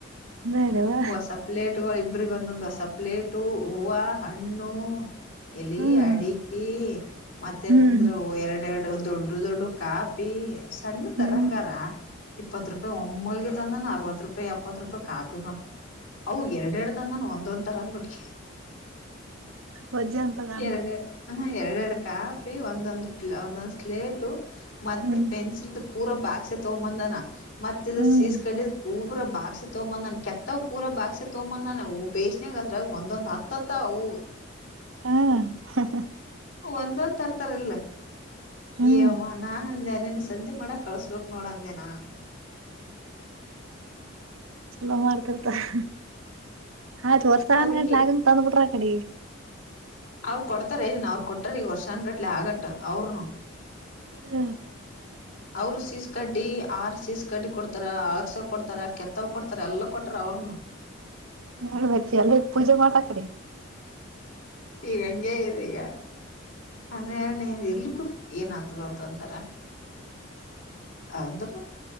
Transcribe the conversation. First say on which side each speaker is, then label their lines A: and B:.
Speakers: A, on the right; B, on the left.
A: ನಡವಾ
B: ಹೊಸ ಪ್ಲೇಟು ಇಬ್ಬರಿಗ್ ಒಂದೊಂದ್ ಹೊಸ ಪ್ಲೇಟು ಹೂವು ಹಣ್ಣು ಎಲ್ಲಿ
A: ಹ್ಮ್
B: ಅಡಿಕಿ ಮತ್ತೇನಂದ್ರು
A: ಹ್ಮ್
B: ಎರಡೆರಡು ದೊಡ್ಡ ದೊಡ್ಡ ಕಾಪ್ ಪಿ ಸಣ್ ತರಂಗಾರ
A: ಹ್ಮ್
B: ಇಪ್ಪತ್ತು ರೂಪಾಯಿ ಒಮ್ಮಳಿಗೆ ತಂದಾನ ಅರವತ್ತು ರೂಪಾಯಿ ಎಪ್ಪತ್ತು ರೂಪಾಯಿ ಕಾಪಿಗಳು ಅವು ಎರಡೆ ಎರಡು ತಂದಾನು ಒಂದೊಂದ್ ತರದ್ ಬುಟ್ಟಿ
A: ವಜ್ಜೆ ಅಂತದ ಅಣ್ಣ
B: ಎರಡ್ ಹ ಎರಡ್ ಕಾಪ್ ಪಿ ಒಂದೊಂದು ಒಂದೊಂದ್ ಸ್ಲೇಟ್ ಮತ್ತ
A: ಹ್ಮ್
B: ಪೆನ್ಸಿಲ್ ಪೂರ ಬಾಕ್ಸ್ ತಗೊಂಬಂದನ ಮತ್ತ ಇದ
A: ಹ್ಮ್
B: ಸೀಸ ಕಡಿದ ಪೂರ ಬಾ ಬಾಕ್ಸೆ ತಗೊಂದ್ ಬಂದನಾ ಕೆತ್ತ ಪೂರ ಬಾಕ್ಸೆ ತಗೊಂಬಂದನ ಹೂ ಬೇಸನ ಅದ್ರಾಗ ಒಂದೊಂದ್ ಹತ್ತ್ತವು
A: ಹಾಂ ಹಾ ಹಾ
B: ಒಂದೊಂದ್ ತರ್ತಾರ ಇಲ್ಲೆ
A: ಹ್ಮ್
B: ಎಯ್ವ್ವ ನಾನ ಅಂದೆ ನಿನ್ನು ಸಂತೆ ಮಾಡಕ್ ಕಳ್ಸ್ಬೇಕ್ ನೋಡಂದೇನಾ
A: ಚಲೋ ಮಾಡ್ತಿರ್ತಾರೆ <unintelligible>
B: ಅದಕ್ಕೆ
A: ಬಿಟ್ರ ಅಕಡೆ
B: ಅವರು ಕೊಡ್ತಾರ ಏನ್ ಅವ್ರು ಕೊಟ್ಟಾರ್ ಈಗ ವರ್ಷ ಅನ್ಗಟ್ಲೆ ಆಗಟ್ ಅವರುನು
A: ಹ್ಮ್
B: ಅವರು ಸೀಸ ಕಡ್ಡಿ ಆರ್ ಸೀಸ ಕಡ್ಡಿ ಕೊಡ್ತಾರ ಅಳ್ಸ ಕೊಡ್ತಾರ ಕೆತ್ತವ್ ಕೊಡ್ತಾರ ಯಲ್ಲ ಕೊಟ್ಟ ಅವ್ರುನು
A: <unintelligible> ಅಲ್ಲಿ ಪೂಜೆ ಮಾಡಕ್
B: ಈಗ ಹಂಗೆ ಇದೆ ಈಗ ಅಂದ್ ಇರ್ಲಿ ಬಿಡು ಏನ್ ಆತದ ಅಂತ ಅಂತಾರ ಅಂದ್ರ